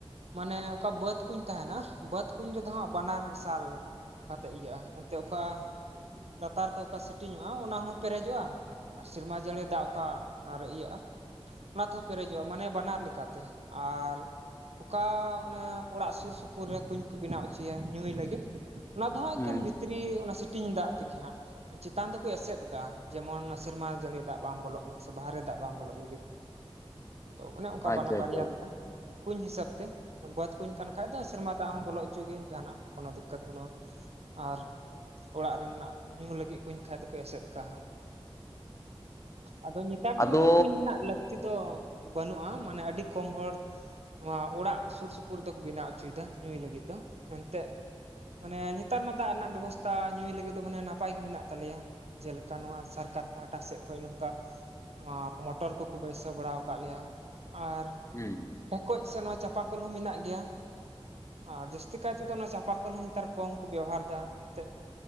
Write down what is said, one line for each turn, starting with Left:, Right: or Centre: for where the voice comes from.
Right: ᱢᱟᱱᱮ ᱚᱠᱟ ᱵᱟᱹᱫᱽ ᱠᱩᱧ ᱛᱟᱦᱮᱱᱟ ᱵᱟᱹᱫ ᱠᱩᱧ ᱡᱚᱫᱚ ᱦᱟᱸᱜ ᱵᱟᱱᱟᱨ ᱢᱮᱥᱟᱞ᱾ ᱠᱟᱛᱮᱫ ᱤᱭᱟᱹᱜᱼᱟ, ᱮᱱᱛᱮᱫ ᱚᱠᱟ ᱞᱟᱛᱟᱨ ᱠᱷᱚᱡ ᱚᱠᱟ ᱥᱤᱴᱤᱝ ᱧᱚᱜᱼᱟ ᱚᱱᱟ ᱦᱚᱸ ᱯᱮᱨᱮᱡᱚᱜᱼᱟ᱾ ᱟᱨ ᱥᱮᱨᱢᱟ ᱡᱟᱹᱲᱤ ᱫᱟᱜ ᱚᱠᱟ ᱚᱱᱟᱨᱮ ᱤᱭᱟᱹᱜᱼᱟ᱾ ᱚᱱᱟ ᱛᱮᱦᱚᱸ ᱯᱮᱨᱮᱡᱚᱜᱼᱟ ᱢᱟᱱᱮ ᱵᱟᱱᱟᱨ ᱞᱮᱠᱟᱛᱮ᱾ ᱟᱨ ᱚᱠᱟ ᱚᱱᱮ ᱚᱲᱟᱜ ᱥᱩᱨ ᱥᱩᱯᱩᱨ ᱨᱮ ᱠᱩᱧ ᱠᱚ ᱵᱮᱱᱟᱣ ᱦᱚᱪᱚᱭᱟ ᱧᱩᱭ ᱞᱟᱹᱜᱤᱫ ᱚᱱᱟ ᱫᱚ ᱦᱟᱜ ᱮᱠᱮᱱ
Left: ᱦᱮᱸ
Right: ᱵᱷᱤᱛ ᱨᱤ ᱚᱱᱟ ᱥᱤᱴᱤᱝ ᱫᱟᱜ ᱛᱮᱜᱮ ᱦᱟᱸᱜ᱾ ᱪᱮᱛᱟᱱ ᱫᱚᱠᱚ ᱮᱥᱮᱫ ᱟᱠᱟᱼᱟ ᱡᱮᱢᱚᱱ ᱥᱮᱨᱢᱟ ᱡᱟᱹᱲᱤ ᱫᱟᱜ ᱵᱟᱝ ᱵᱚᱞᱚᱜ ᱢᱟ ᱥᱮ ᱵᱟᱦᱨᱮ ᱫᱟᱜ ᱵᱟᱝ ᱵᱚᱞᱚᱜ ᱞᱟᱹᱜᱤᱫ᱾ ᱟᱫᱚ ᱚᱱᱮ ᱚᱱᱠᱟ
Left: ᱟᱪᱪᱷᱟ
Right: ᱵᱟᱱᱟ ᱵᱟᱨᱭᱟ
Left: ᱟᱪᱪᱷᱟ ᱦᱮᱸ
Right: ᱞᱮᱠᱟ ᱠᱩᱧ ᱦᱤᱥᱟᱹᱵ ᱛᱮ ᱵᱟᱫ ᱠᱩᱧ ᱠᱟᱱ ᱠᱷᱟᱡ ᱫᱚ ᱥᱮᱨᱢᱟ ᱫᱟᱜ ᱦᱚᱸ ᱵᱚᱞᱚᱜ ᱪᱚᱜᱤ ᱡᱟᱦᱟᱱᱟᱜ ᱠᱳᱱᱳ ᱫᱤᱠᱠᱟᱹᱛ ᱵᱟᱹᱱᱩᱜᱼᱟ᱾ ᱟᱨ ᱚᱲᱟᱜ ᱨᱮᱱᱟᱜ ᱧᱩ ᱞᱟᱹᱜᱤᱫ ᱠᱩᱧ ᱠᱷᱟᱡ ᱫᱚᱠᱚ ᱮᱥᱮᱫ ᱠᱟᱜ-ᱟ ᱦᱟᱜ᱾ ᱟᱫᱚ ᱱᱮᱛᱟᱨ ᱫᱚ
Left: ᱟᱫᱚ
Right: ᱢᱟᱱᱮ ᱠᱩᱧ ᱨᱮᱱᱟᱜ ᱞᱟᱹᱠᱛᱤ ᱫᱚ ᱵᱟᱹᱱᱩᱜᱼᱟ ᱢᱟᱱᱮ ᱟᱹᱰᱤ ᱠᱚᱢ ᱦᱚᱲ ᱱᱚᱣᱟ ᱚᱲᱟᱜ ᱥᱩᱨ ᱥᱩᱯᱩᱨ ᱨᱮ ᱫᱚᱠᱚ ᱵᱮᱱᱟᱣ ᱦᱚᱪᱚᱭᱮᱫᱟ ᱧᱩᱭ ᱞᱟᱹᱜᱤᱫ ᱫᱚ ᱮᱱᱛᱜ ᱢᱟᱱᱮ ᱱᱮᱛᱟᱨ ᱢᱟ ᱫᱟᱜ ᱨᱮᱱᱟᱜ ᱵᱮᱵᱚᱥᱛᱷᱟ ᱧᱩᱭ ᱞᱟᱹᱜᱤᱫ ᱫᱚ ᱢᱟᱱᱮ ᱱᱟᱯᱟᱭ ᱜᱮ ᱢᱮᱱᱟᱜ ᱛᱟᱞᱮᱭᱟ᱾ ᱡᱮᱞᱮᱠᱟ ᱱᱚᱣᱟ ᱥᱚᱨᱠᱟᱨ ᱯᱟᱦᱴᱟ ᱥᱮᱫ ᱠᱷᱚᱱ ᱱᱚᱝᱠᱟ ᱱᱚᱣᱟ ᱢᱚᱴᱚᱨ ᱠᱚ ᱠᱚ ᱵᱟᱹᱭᱥᱟᱹᱣ ᱵᱟᱲᱟᱣ ᱟᱠᱟᱫ ᱞᱮᱭᱟ ᱟᱨ
Left: ᱦᱩᱸ
Right: ᱰᱷᱮᱠᱚᱡ ᱥᱮ ᱱᱚᱣᱟ ᱪᱟᱸᱯᱟᱠᱞ ᱦᱚᱸ ᱢᱮᱱᱟᱜ ᱜᱮᱭᱟ᱾ ᱟᱨ ᱡᱟᱹᱥᱛᱤ ᱠᱟᱭ ᱛᱮᱫᱚ ᱚᱱᱟ ᱪᱟᱸᱯᱟ ᱠᱚᱞ ᱦᱚ ᱱᱮᱛᱟᱨ ᱠᱚᱢ ᱠᱚ ᱵᱮᱵᱚᱦᱟᱨ ᱮᱫᱟ, ᱮᱱᱛᱮᱜ